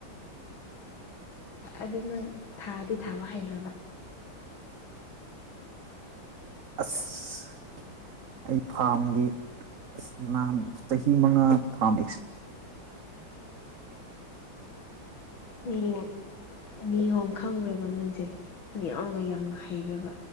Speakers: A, on the left; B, on the right.
A: ꯑꯗꯨ ꯅꯪ ꯊꯥꯗꯤ ꯊꯥꯕ ꯍꯩꯕ꯭ꯔꯕ
B: ꯑꯁ ꯑꯩ ꯐꯥꯔꯝꯒꯤ ꯅꯍꯥꯟ ꯆꯍꯤ ꯃꯉꯥ ꯐꯥꯝ ꯑꯦꯁ <inaudible>
A: ꯅꯤꯌꯣꯝ ꯅꯤꯌꯣꯝ ꯈꯪꯈ꯭ꯔꯕ ꯅꯪꯁꯦ ꯅꯤꯌꯣꯝꯒ ꯌꯥꯝ ꯍꯩꯕ꯭ꯔꯕ